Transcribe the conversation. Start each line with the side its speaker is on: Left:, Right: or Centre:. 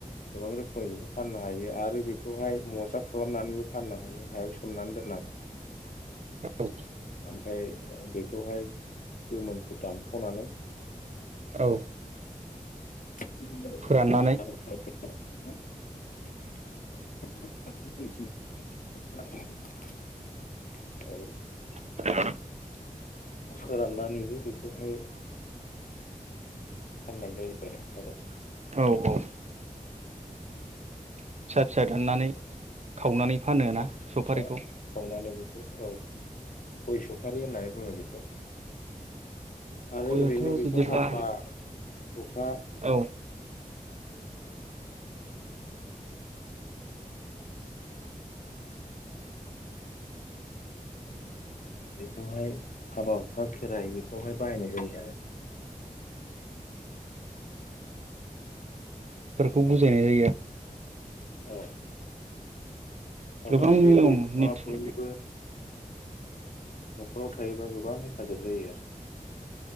Left: गोबां रोखोमै बेखौ फाननो हायो आरो बेखौहाय मजा खालामनानैबो फाननो हायो हायाव सोमनानै दोननानै
Right: औ
Left: ओमफाय बेखौहाय गोमोनखौ दानखावनानै <inaudible>
Right: औ
Left: <unintelligible> <unintelligible>
Right: फोराननानै
Left: औ
Right: <inaudible>
Left: फोराननानैबो बेखौहाय फाननाय जायो आरो हा
Right: अ अ‌। फिसा फिसा दाननानै खावनानै फानो
Left: औ
Right: ना
Left: फिसा
Right: सफारिखौ?
Left: खावनानै बेखौ औ। गय सफारि होननानै बुङो बेखौ। आरो
Right: गयाथ'
Left: ओरैनो बेखौ
Right: बिदिब्ला
Left: हाबा हुखा <inaudible> <inaudible>
Right: औ
Left: बेखौहाय हाबा हुखा खेराय बे <unintelligible> बाहायनाय जायो आरो
Right: फोरखौ
Left: औ
Right: बुजायनाय जायो आरो
Left: औ। थारमाने
Right: गोबां
Left: बे
Right: नियम
Left: गय बिफाङा
Right: निटि
Left: बयनिबो नखराव थायोबा गोबां हेफाजाब जायो आरो